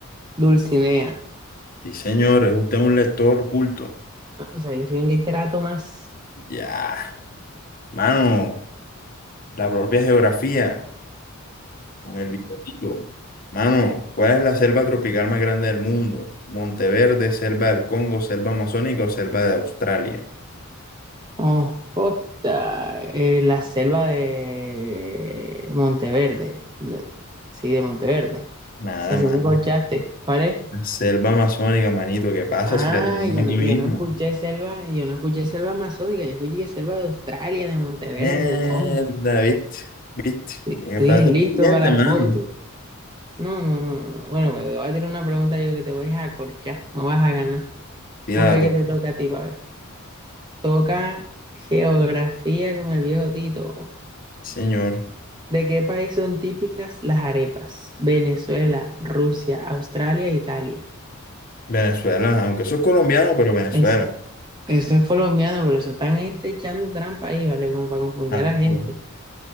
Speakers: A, on the right; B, on the left.
A: Dulcinea.
B: Sí, señor, es usted un lector culto.
A: Ah, O sea, yo soy un literato más.
B: Ya. Mano, la propia geografía. Con el bigotito. Mano, ¿cuál es la selva tropical más grande del mundo? ¿Monteverde, selva del Congo, selva amazónica o selva de Australia?
A: Oh, puta, eh, la selva de Monteverde. de- sí, de Monteverde. O
B: Nada,
A: sea, si
B: mano.
A: me escuchaste. ¿Cuál es?
B: Selva amazónica, manito, ¿qué pasa
A: Ah,
B: si la tenemos
A: yo
B: aquí
A: no,
B: mismo?
A: yo no escuché selva, yo no escuché selva amazónica, yo escuché selva de Australia, de Monteverde,
B: Mierda,
A: del Congo.
B: viste, viste.
A: Estoy
B: Tienes que pararte
A: listo
B: pendiente,
A: para la
B: mano.
A: foto. No, no, no. no. no. Bueno, pues, te voy a tirar una pregunta yo que te voy a acorchar. No vas a ganar.
B: Tira
A: Vamos a
B: la
A: ver
B: topa.
A: qué te toca a ti, pa' ver. Toca geografía con el viejo Tito.
B: Señor.
A: ¿De qué país son típicas las arepas? Venezuela, Rusia, Australia, Italia.
B: Venezuela, aunque soy colombiano, pero Venezuela.
A: Es, eso es colombiano, pero eso están este, echando trampa ahí, ¿vale? Como para confundir
B: Ah,
A: a la gente.
B: pues.